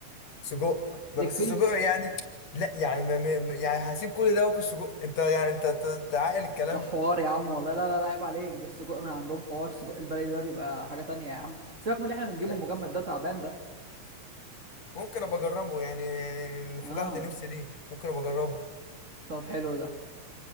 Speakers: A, on the left; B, on the right.
A: سجق بقى،
B: ليك
A: بس
B: فيه
A: سجق يعني لا يعني ما ما- ما- يعني هسيب كل ده واكل سجق انت يعني انت ت- تعقل الكلام
B: ده حوار يا عم والله لا لا لا عيب عليك ده السجق من عندهم حوار السجق البلدي ده بيبقى حاجة تانية يا عم سيبك من اللي احنا بنجيبه
A: لا
B: المجمد ده تعبان ده
A: ممكن ابقى اجربه يعني يعني
B: اه
A: فتحت نفسي ليه ممكن ابقى اجربه
B: طب حلو ده